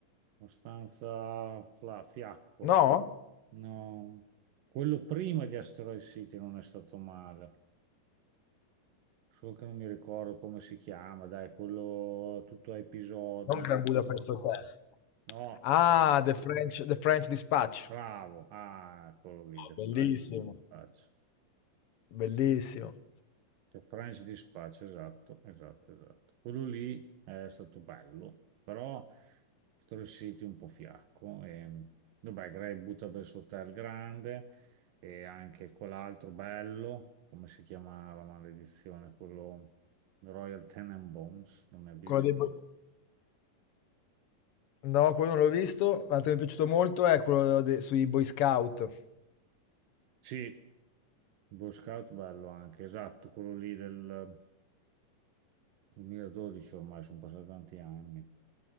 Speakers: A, on the right (about 80°); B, on the left (about 65°).
A: abbastanza fla- fiacco.
B: no?
A: No, quello prima di Asteroid City non è stato male. Solo che non mi ricordo come si chiama, dai, quello tutto a episodi.
B: Non Grand Budapest Hotel.
A: No,
B: Ah, The French The French Dispatch.
A: bravo. Ah, quello lì, The
B: Bellissimo,
A: French Dispatch.
B: bellissimo.
A: Cioè, Franci di spaccio, esatto, esatto, esatto. Quello lì è stato bello, però sono riusciti un po' fiacco. E, vabbè, Gray butta per il suo hotel grande e anche quell'altro bello, come si chiamava, maledizione, quello Royal Tenenbaums, non mi abbia
B: Quello dei bo no, quello non l'ho visto. L'altro che mi è piaciuto molto è quello de sui Boy Scout,
A: Sì, Boy Scout bello anche, esatto, quello lì del 2012 ormai, sono passati tanti anni.